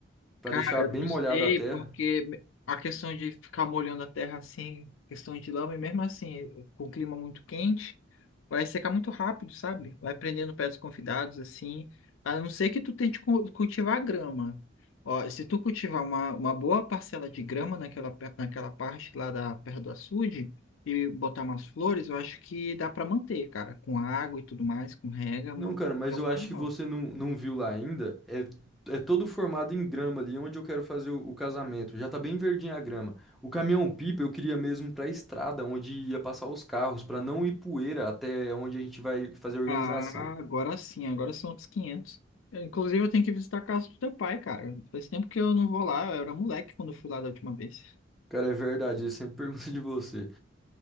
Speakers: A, in the centre; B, on the left.
A: pra
B: Cara,
A: deixar
B: eu
A: bem
B: não
A: molhada
B: sei,
A: a terra.
B: porque a questão de ficar molhando a terra assim, questão de lama, e mesmo assim, com o clima muito quente, vai secar muito rápido, sabe? Vai prendendo o pé dos convidados, assim, a não ser que tu tente cu- cultivar grama. Ó, se tu cultivar uma, uma boa parcela de grama naquela, pe- naquela parte lá da perto do açude e botar umas flores, eu acho que dá pra manter, cara, com água e tudo mais, com rega, man-
A: Não, cara, mas
B: é uma
A: eu acho
B: legal.
A: que você não, não viu lá ainda. É, é todo formado em grama ali, onde eu quero fazer o, o casamento. Já tá bem verdinha a grama. O caminhão-pipa eu queria mesmo pra estrada, onde ia passar os carros, pra não ir poeira até onde a gente vai fazer a organização.
B: Ah, agora sim, agora são outros quinhentos Eu, Inclusive, eu tenho que visitar a casa do teu pai, cara. Faz tempo que eu não vou lá, eu era moleque quando eu fui lá da última vez.
A: Cara, é verdade, ele sempre <laughs> pergunta de você.